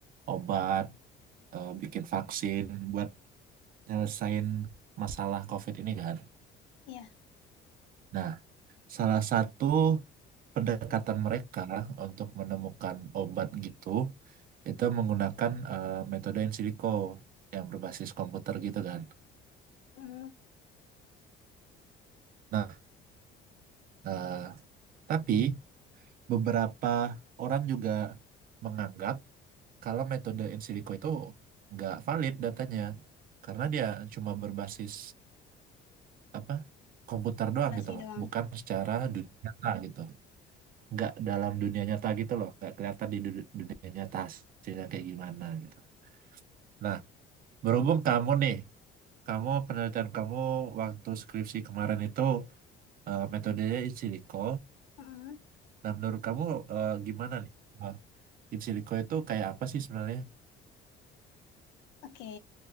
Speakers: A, on the right (about 45°); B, on the left (about 70°).
A: obat, eh, bikin vaksin buat nyelesain masalah COVID ini kan.
B: Iya,
A: Nah Salah satu pendekatan mereka untuk menemukan obat gitu, itu menggunakan eh, metode in silico yang berbasis komputer gitu kan.
B: mm,
A: Nah, eh, tapi beberapa orang juga menganggap kalau metode in silico itu nggak valid datanya, karena dia cuma berbasis apa komputer doang
B: durasi
A: gitu loh,
B: doang.
A: bukan secara dunia nyata gitu. nggak dalam dunia nyata gitu loh nggak kelihatan di du- dunia nyata hasilnya kayak gimana gitu nah berhubung kamu nih kamu penelitian kamu waktu skripsi kemarin itu eh, metodenya in silico
B: Mm,
A: nah menurut kamu eh, gimana nih Eh, in silico itu kayak apa sih sebenarnya
B: Oke,